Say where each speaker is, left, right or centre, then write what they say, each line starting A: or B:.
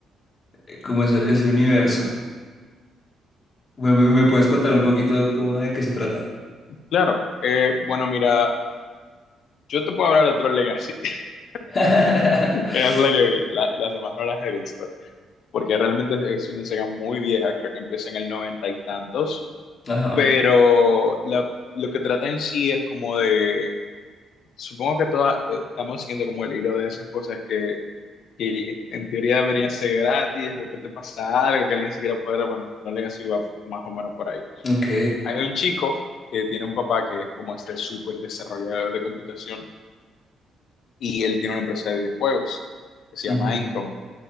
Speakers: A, on the left; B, on the left.
A: eh, como ese, ese universo. ¿Me, me- me puedes contar un poquito cómo de qué se trata?
B: Claro, eh, bueno, mira, yo te puedo hablar de Tron Legacy, <laughs>
A: <laughs>
B: que es la que vi, la- las demás no las he visto, porque realmente es una saga muy vieja, creo que empieza en el noventa y tantos,
A: Ajá,
B: pero la- lo que trata en sí es como de... Supongo que todas eh, estamos siguiendo como el hilo de esas cosas que y en teoría debería ser gratis, de repente pasa algo que alguien se quiera poder, bueno, Tron Legacy va más o menos por ahí.
A: ok,
B: Hay un chico que tiene un papá que es como este súper desarrollador de computación y él tiene una empresa de videojuegos que se
A: ujú,
B: llama Encom.